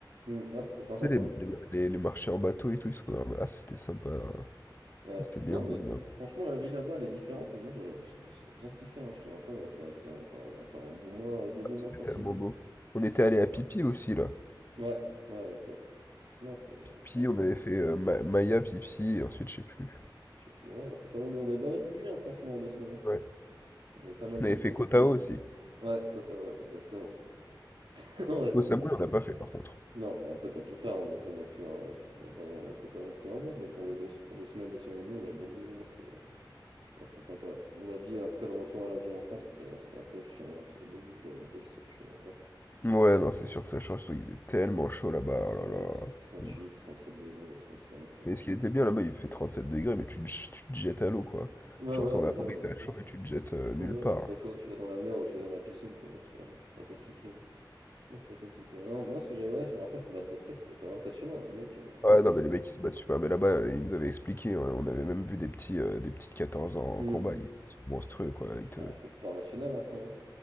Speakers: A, on the right; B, on the left.
A: mmh, ah, c'était sympa
B: Tu
A: ça,
B: sais les
A: hein.
B: les les les marchés en bateau et tout, ils sont dans la- ah, c'était sympa, hein.
A: Ouais.
B: c'était bien
A: Non,
B: beau,
A: mais
B: je
A: fran
B: me rappelle,
A: franchement, la vie là-bas, elle est différente, mais moi j'ai j'ai j'ai bien kiffé, hein, je te mens pas, j'aurais pu rester encore encore un bon mois, 2 bons
B: c'était
A: mois faciles,
B: tellement beau. On était
A: hein.
B: allé à Pipi aussi, là.
A: Ouais, ouais, exact. Non, c'était
B: Pipi,
A: euh, franchement,
B: on avait fait euh, Ma- Maya, Pipi, et ensuite je sais plus.
A: je sais plus, hein, on a fait pas mal, de- on avait pas mal bougé, hein, franchement, en deux semaines. hein.
B: Ouais.
A: On avait pas mal bougé,
B: On avait fait
A: non?
B: Kotao aussi.
A: Ouais, quota, ouais, exactement. <laughs> Non, ouais,
B: Osamui,
A: non, franchement.
B: on n'a pas fait par contre.
A: Non, bon, on pouvait pas tout faire, hein, on n'avait pas non plus, hein, on avait pas non- on restait pas non plus un mois, mais pour deux, pour deux semaines, deux semaines et demie, on avait bien bougé, hein, c'était, hein, c'était sympa. La vie après le retour à la vie en France, c'était, c'était un peu chiant. hein. Au début, j'avais un peu le seum, je te mens pas.
B: Ouais, non, c'est sûr que ça change tout. Il faisait tellement chaud là-bas, oh là
A: Ouais,
B: là.
A: il faisait 38,
B: c'est ouf.
A: 37 degrés, 35. hein,
B: Mais ce qui
A: fait
B: était bien là-bas, il fait sept degrés, mais tu te, j- tu te jettes à l'eau, quoi.
A: Ouais,
B: Tu
A: voilà,
B: retournes
A: c'est
B: à Paris,
A: ça. hein.
B: t'as chaud et tu te jettes euh, nulle
A: Ouais, ouais,
B: part.
A: t'as trop chaud, tu vas dans la mer ou tu vas dans la piscine, quoi. hein, C'est pas, pas compliqué. hein. Non, c'est pas compliqué. Non, moi, ce que j'avais, ouais, je me rappelle, le combat de boxe, c'était quand même impressionnant. Les mecs, euh,
B: Ouais,
A: putain.
B: non, mais les mecs, ils se battent super. Mais là-bas, euh, ils nous avaient expliqué, hein, on avait même vu des petits, euh, des petits de 14 ans
A: Hmm.
B: en combat. Ils sont monstrueux, quoi. Ils te...
A: Ah, c'est sport national après. hein.